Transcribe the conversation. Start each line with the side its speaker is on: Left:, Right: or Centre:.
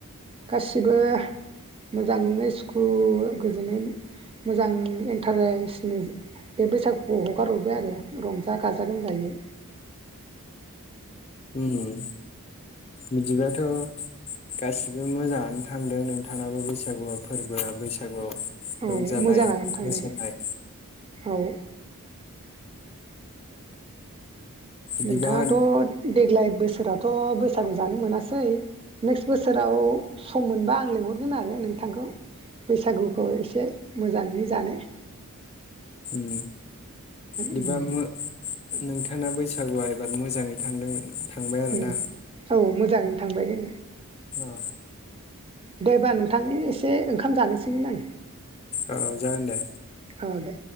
Right: गासिबो मोजाङैनो स्कुल गोजोनै मोजां इन्टारेस्टनो बे बैसागुखौ हगारहरबाय आरो रंजा गाजा गोमजायै।
Left: उम बिदिबाथ गासिबो मोजाङानो थांदों नोंथाङाबो बैसागुआ फोरबोआ बैसागुआव
Right: औ
Left: रंजानाय
Right: मोजाङानो थांदों
Left: मोसानाय
Right: औ।
Left: बिदिबा
Right: नोंथाङाथ देग्लाय बोस सोरावथ बैसागु जानो मोनासै। नेक्स्ट बोसोराव सम मोनबा आं लिंहरगोन आरो नोंथांखौ बैसागुखौ एसे मोजाङैनो जानो।
Left: उम बिदिबा
Right: उम
Left: मो नोंथांना बैसागुआ एबार मोजाङै थांदों। थांबाय आरोना?
Right: उम औ मोजां थांबाय नै
Left: औ
Right: देबा नोंथांनि एसे ओंखाम जानोसैमोन आं।
Left: ओ जागोन दे।
Right: औ दे